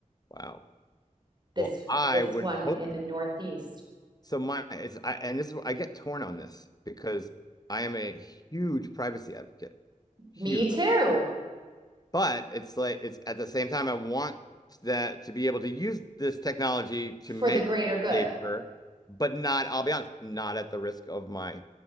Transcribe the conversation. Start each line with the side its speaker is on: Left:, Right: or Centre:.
Left: wow.
Right: This
Left: Well, I
Right: this
Left: would
Right: one
Left: hope
Right: in the Northeast.
Left: so. My it's I, and this is- I get torn on this because I am a huge privacy advocate, huge.
Right: Me too.
Left: But it's like it's at the same time I want that to be able to use this technology to
Right: For
Left: make
Right: the greater good.
Left: safer, but not, I'll be honest, not at the risk of my